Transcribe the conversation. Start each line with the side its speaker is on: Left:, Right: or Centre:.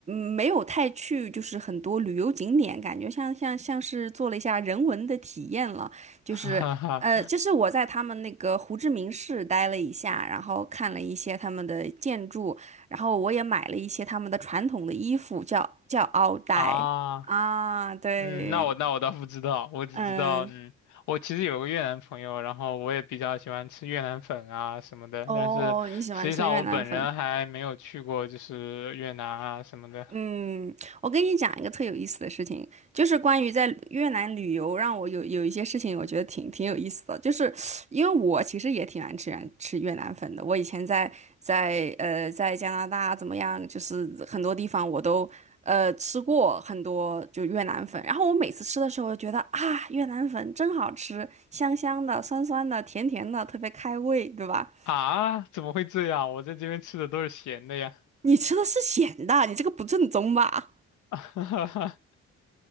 Right: 嗯没有太去，就是很多旅游景点，感觉像像像是做了一下人文的体验了，就是，
Left: <laughs> 哈哈
Right: 呃，就是我在他们那个胡志明市待了一下，然后看了一些他们的建筑，然后我也买了一些他们的传统的衣服，叫叫奥黛啊，
Left: 啊，
Right: 对，
Left: 嗯，那我那我倒不知道，我只知道，
Right: 嗯，
Left: 嗯，我其实有个越南朋友，然后我也比较喜欢吃越南粉啊什么的，
Right: 哦，
Left: 但是实际上我本人还没有去过，
Right: 你喜欢吃越南粉？
Left: 就是越南啊什么的。
Right: 嗯，我跟你讲一个特有意思的事情，就是关于在越南旅游，让我有有一些事情，我觉得挺挺有意思的，就是因为我其实也挺爱吃越吃越南粉的，我以前在在呃在加拿大怎么样，就是很多地方我都呃吃过很多就越南粉，然后我每次吃的时候，我就觉得啊越南粉真好吃，香香的、酸酸的、甜甜的，特别开胃，对吧？
Left: 啊，怎么会这样？我在这边吃的都是咸的呀。
Right: 你吃的是咸的，你这个不正宗吧？
Left: <laughs>